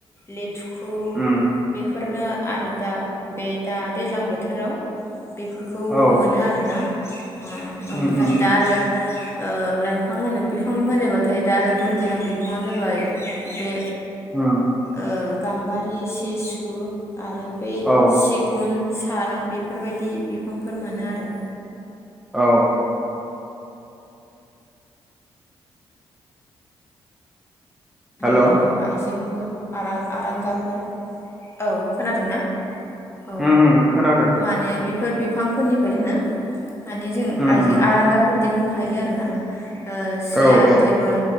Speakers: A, on the left; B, in the centre.
A: लेथुखु
B: उम
A: बेफोरनो आरो दा बेदा दैज्लां बोथोराव बेफो खौ
B: औ
A: मोनो आरोना ओ ओमफ्राय
B: उम उम
A: दा आरो ओ लाइफां होनो बिफां होनोबाथाय दा आरो गुन गोनां बिफाङा जाबाय बे
B: उम
A: ओ गाम्बारि सेसु आरो बे
B: औ
A: सिगुन साल बेफोरबायदि बिफांफोर मोनो आरो
B: औ
A: बेहाय
B: हेल' औ
A: आरो आइजें फोर आरां-आरांगाफोर औ खोनादोंना औ
B: उम उम खोनादों
A: माने फोर बिफांफोरनिफ्राय जोङो माने जों
B: उम
A: आयजों
B: उम
A: आरांगाफोर दिहुननो हायो आरो ना ओ सियार
B: औ औ
A: टेबोल